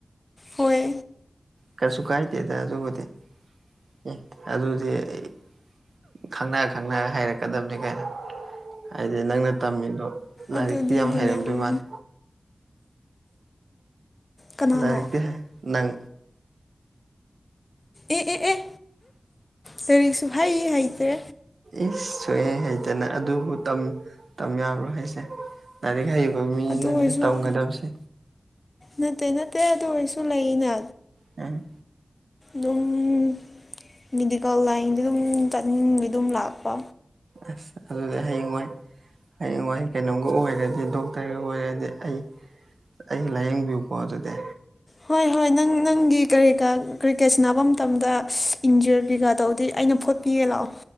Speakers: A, on the left; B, on the right.
A: ꯍꯣꯏ
B: ꯀꯩꯁꯨ ꯀꯥꯏꯗꯦꯗ ꯑꯗꯨꯕꯨꯗꯤ ꯑꯦ ꯑꯗꯨꯗꯤ ꯑꯩ ꯈꯪꯅ ꯈꯪꯅ ꯍꯩꯔꯛꯀꯗꯝꯅꯤ ꯀꯩꯅꯣ ꯍꯥꯏꯗꯤ ꯅꯪꯅ ꯇꯝꯃꯤꯗꯣ ꯂꯥꯏꯔꯤꯛꯇꯤ
A: ꯑꯗꯨꯗꯤ
B: ꯌꯥꯝ
A: ꯑꯗꯨꯅꯦ
B: ꯍꯩꯔꯝꯗꯣꯏ
A: ꯎꯝ
B: ꯃꯥꯜꯂꯦ
A: ꯀꯅꯥꯅꯣ
B: ꯂꯥꯏꯔꯤꯛꯇꯤ ꯅꯪ
A: ꯑꯦ ꯑꯦ ꯑꯦ ꯀꯔꯤꯛ ꯁꯨꯍꯩ ꯍꯩꯇ꯭ꯔꯦ
B: ꯏꯁ ꯁꯨꯍꯩ ꯍꯩꯇꯥꯅ ꯑꯗꯨꯕꯨ ꯇꯝ ꯇꯝ ꯌꯥꯕ꯭ꯔꯣ ꯍꯩꯁꯦ ꯂꯥꯏꯔꯤꯛ ꯍꯩꯕ ꯃꯤꯅꯅꯦ
A: ꯑꯗꯨ ꯑꯣꯏꯔꯁꯨ
B: ꯇꯝꯒꯗꯕꯁꯦ
A: ꯅꯠꯇꯦ ꯅꯠꯇꯦ ꯑꯗꯨ ꯑꯣꯏꯔꯁꯨ ꯂꯩꯏꯅ
B: ꯎꯝ
A: ꯗꯨꯝ ꯃꯤꯗꯤꯀꯜ ꯂꯥꯏꯟꯗ ꯗꯨꯝ ꯆꯠꯅꯤꯡꯕꯩ ꯗꯨꯝ ꯂꯥꯛꯄ
B: ꯑꯁ ꯑꯗꯨꯗꯤ ꯍꯥꯌꯦꯡ ꯋꯥꯏ ꯍꯥꯌꯦꯡ ꯋꯥꯏ ꯀꯩꯅꯣꯝꯒ ꯑꯣꯏꯔꯗꯤ ꯗꯣꯛꯇꯔꯒ ꯑꯣꯏꯔꯗꯤ ꯑꯩ ꯑꯩ ꯂꯥꯏꯌꯦꯡꯕꯤꯌꯨꯀꯣ ꯑꯗꯨꯗꯤ
A: ꯍꯣꯏ ꯍꯣꯏ ꯅꯪ ꯅꯪꯒꯤ ꯀꯔꯤ ꯀꯥ ꯀ꯭ꯔꯤꯀꯦꯠ ꯁꯅꯥꯕ ꯃꯇꯝꯗ ꯏꯟꯖꯔ ꯀꯩꯀꯥ ꯇꯧꯗꯤ ꯑꯩꯅ ꯐꯨꯠ ꯏꯌꯦꯂꯥꯎ